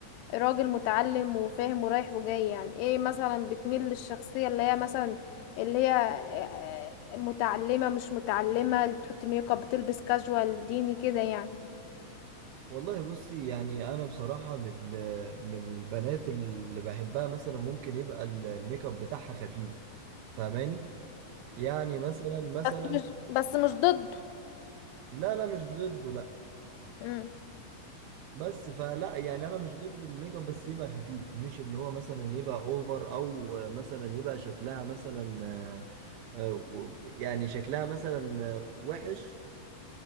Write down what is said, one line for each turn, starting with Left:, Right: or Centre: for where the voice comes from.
Left: راجل متعلم وفاهم ورايح وجاي يعني ايه مثلا بتميل للشخصية اللي هي مثلا اللي هي آه، متعلمة مش متعلمة اللي بتحط ميك اب بتلبس كاجوال ديني كده يعني
Right: والله بصي يعني انا بصراحة من من البنات اللي بحبها مثلا ممكن يبقى ال- الميك اب بتاعها خفيف فاهماني يعني مثلا مثلا
Left: بس مش بس مش ضده
Right: لا لا مش ضده لا
Left: امم
Right: بس فلا يعني انا مش ضد الميك اب بس يبقى خفيف مش اللي هو مثلا يبقى اوفر او مثلا يبقى شكلها مثلا آه، آه، و- يعني شكلها مثلا آه، وحش